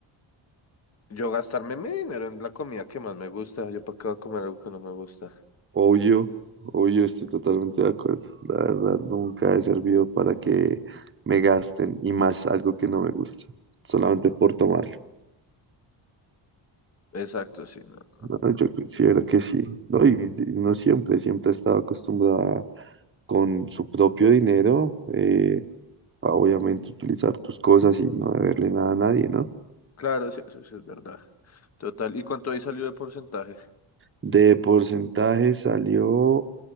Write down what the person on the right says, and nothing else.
Obvio, obvio, estoy totalmente de acuerdo. La verdad, nunca he servido para que me gasten y más algo que no me gusta, solamente por tomarlo.
¿no? Yo considero que sí, ¿no? Y no siempre, siempre ha estado acostumbrada con su propio dinero, eh, a obviamente utilizar tus cosas y no deberle nada a nadie, ¿no?
De porcentaje salió